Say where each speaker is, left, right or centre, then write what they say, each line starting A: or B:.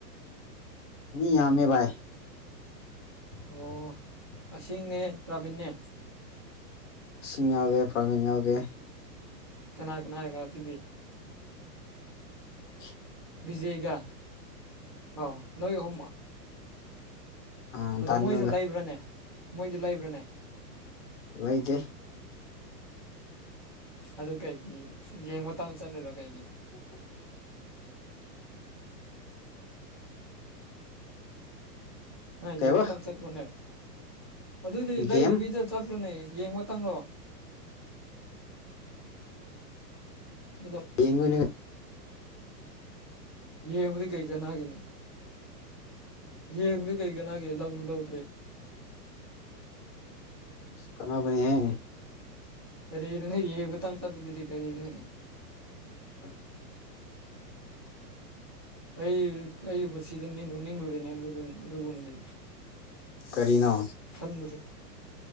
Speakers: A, on the left; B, on the right.
A: ꯃꯤ ꯌꯥꯃꯦ ꯕꯥꯏ
B: ꯑꯣ ꯑꯁꯤꯡꯅꯦ ꯄ꯭ꯔꯥꯕꯤꯟꯅꯦ
A: ꯏꯁꯤꯡ ꯌꯥꯎꯗꯦ ꯄ꯭ꯔꯥꯕꯤꯟ ꯌꯥꯎꯗꯦ
B: ꯀꯅꯥ ꯀꯅꯥꯒ ꯑꯗꯨꯗꯤ
A: ꯎꯝ
B: ꯕꯤꯖꯩꯒꯥ ꯑꯣ ꯅꯣꯏ ꯑꯍꯣꯨꯝꯥ
A: ꯑ
B: ꯑꯗꯣ
A: ꯗꯥꯅꯤꯜꯒ
B: ꯃꯣꯏꯁꯨ ꯂꯩꯕ꯭ꯔꯥꯅꯦ ꯃꯣꯏꯁꯨ ꯂꯩꯕ꯭ꯔꯥꯅꯦ
A: ꯂꯩꯗꯦ
B: ꯑꯗꯨ ꯀꯩꯒꯤ ꯌꯦꯡꯕꯇꯪ ꯆꯠꯂꯔꯣ ꯀꯩꯒꯤ
A: ꯎ
B: ꯅ
A: ꯀꯩꯕ
B: ꯌꯦꯡꯕꯇꯪ ꯆꯠꯄ꯭ꯔꯣꯅꯦ ꯑꯗꯨꯏꯗꯤ ꯂꯩꯗꯨꯕꯤꯗ
A: ꯒꯦꯝ
B: ꯆꯠꯄ꯭ꯔꯣꯅꯦ ꯌꯦꯡꯕꯇꯪꯔꯣ ꯀꯗꯣ
A: ꯅ‌ꯣꯏꯅ
B: ꯌꯦꯡꯕꯗꯤ ꯀꯩ ꯀꯅꯥꯒꯤꯅꯤ ꯌꯦꯡꯗꯦ ꯀꯩ ꯀꯅꯥꯒꯦ ꯂꯧꯁꯨ ꯂꯧꯗꯦ
A: ꯀꯥꯅꯕꯅꯦ ꯍ‌ꯦ
B: ꯀꯔꯤꯅꯣꯅꯦ ꯌꯦꯕꯥꯡ ꯆꯠꯄꯗꯨꯗꯤ ꯀꯔꯤꯅꯣ
A: ꯎꯝ
B: ꯑꯩ ꯑꯩꯒꯤ ꯄꯨꯟꯁꯤꯗ ꯅꯤꯡꯕ ꯅꯤꯡꯂꯨꯔꯦꯅꯦ ꯑꯗꯨꯒꯨꯝꯕꯗꯤ
A: ꯀꯔꯤꯅꯣ
B: ꯈꯟꯕꯁꯨ